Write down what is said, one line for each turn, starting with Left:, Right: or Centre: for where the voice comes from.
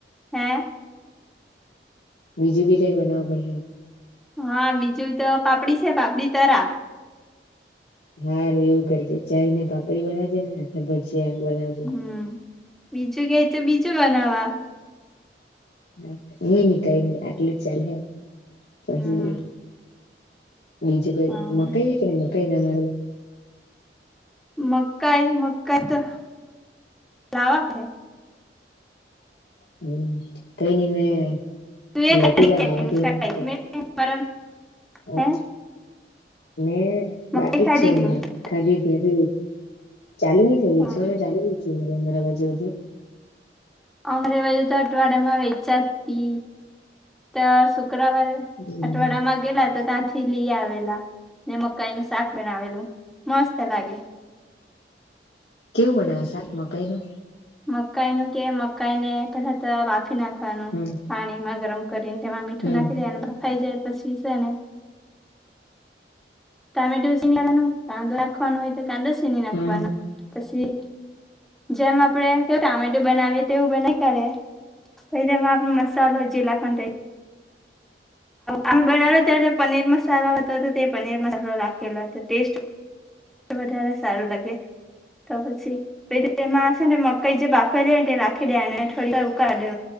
Centre: હે
Left: બીજું બી કઈ બનાવું પડે હ
Centre: હા, બીજું તો પાપડી છે પાપડી તરા
Left: સારું એવું કરજે ચાય ને પાપડી બનાજે ને હાથે ભજી યા જે બનેવ છે.
Centre: હમ બીજું કે તો બીજું બનાવા
Left: હ નઈ નની કઈ નઈ આટલ ચલે હ પછી
Centre: હમ
Left: બીજું કઈ
Centre: હા
Left: મકાઈ કે મકાઈ તમારે
Centre: મકાઈ મકાઈ તો લાવા હે
Left: હમ કઈ નઈ મેં
Centre: તું એ
Left: લેટી
Centre: ખાધી
Left: જવા
Centre: કે
Left: આવા
Centre: નઈ મકાઈ
Left: ત્યારે
Centre: મે મારા
Left: હમ
Centre: હે
Left: મે
Centre: મકાઈ
Left: બાકી
Centre: ખાધી
Left: જ છે હમણાં
Centre: કે નઈ
Left: ખાધી ત્યા ચાલુ થય ગ
Centre: હા
Left: છે ચાલુ અમારા બાજુજુ
Centre: અમારે બાજુ તો અઠવાડિયામાં તો શુક્રવારે
Left: હમ
Centre: અટવાડા માં ગેલા તો તાં થી લી આવેલા ને મકાઈ નું શાક બનાવેલું મસ્ત લાગે
Left: કેવું બનાવે શાક મકાઈ નું
Centre: મકાઈ નું કે મકાઈ ને પેલા તો બાફી નાખવાનું
Left: હમ
Centre: પાણીમાં ગરમ કરીને તેમાં મીઠું
Left: હમ
Centre: નાખી દેવાનું બફાઈ જાય પછી છે ને ટમેટો ચીને લવાનો કાંદો નાખવાનો હોય તો કાંદો છીણી નાખવાનો
Left: હમ
Centre: પછી જેમ આપડે કે ટમેટું બનાવીએ તોવું બનાવી કરે પછી તેમાં મસાલો જે લાખવાનો તે અમે બનાવલો ત્યારે પનીર મસાલો હતો હતો તે પનીર મસાલો રાખેલો હતો ટેસ્ટ વધારે સારું લાગે તો પછી તેમાં હશે ને મકઈ જે બાફેલી હોય ને એ રાખી દેવા થોડીકર ઉકાળી